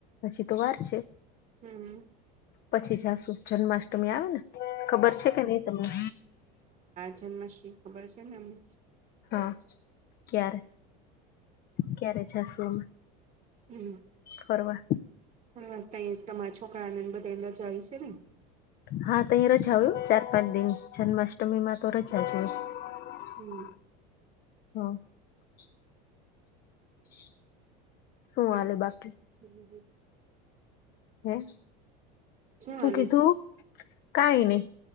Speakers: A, on the left (about 45°); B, on the right (about 35°).
A: હજી તો વાર છે.
B: હમ્મ.
A: પછી જાશું જન્માષ્ટમી આવે ને ખબર છે કે નહી તમને
B: જન્માષ્ટ્રી ખબર છે ને એમને
A: હા ક્યારે ક્યારે જાસુ અમે
B: હમ્મ.
A: ફરવા
B: ફરવા ત્યારે તમારા છોકરાને બધાય ને રજા હોય સે ને
A: હા, તયે રજા હોય હો! ચાર પાંચ દિની જન્માષ્ટમીમાં તો રજા જ હોય.
B: હમ,
A: હ <inaudible> શું
B: શ
A: હાલે બાકી
B: <inaudible>
A: હમ શું
B: હાલે
A: કીધું?
B: છે
A: કાય નય